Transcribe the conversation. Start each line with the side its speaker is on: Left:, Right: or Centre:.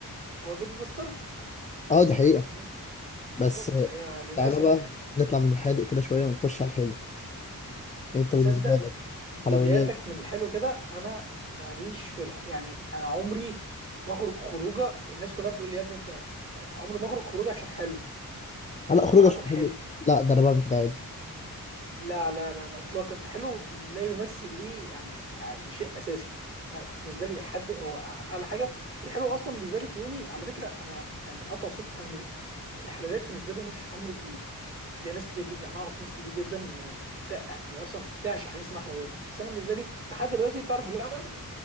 Right: هو البيض بالسترن
Left: اه دي حقيقه
Right: فاهمني
Left: بس
Right: بالظبط فهي للاسف
Left: تعالى بقى
Right: يعني
Left: نطلع من الحادق كده شوية ونخش على الحلو انت
Right: صدق
Left: بالنسبة لك حلويات
Right: بداياتك من الحلو كده انا ماليش في الح... يعني انا عمري ما اخرج خروجه الناس كلها بتقول لي يا ابني انت عمري ما اخرج خروجه عشان حلو
Left: لا
Right: عشان
Left: خروج
Right: اروح
Left: عشان
Right: اكل حلو
Left: حلو لا ده انا بعمل كده عادي
Right: لا لا لا لا اطلاقا الحلو لا يمثل ليه يعني شيء اساسي انا بالنسبه لي الحد هو اعلى حاجه والحلو اصلا بالنسبه لي في يومي على فكره انا يعني قطع سكر انا بال- الحلويات بالنسبه لي مش امر كبير زي ناس كتير جدا انا اعرف ناس كتير جدا آه، بتاع- يعني اصلا بتعشق حاجه اسمها حلويات بس انا بالنسبه لي لحد دلوقتي تعرف بلبن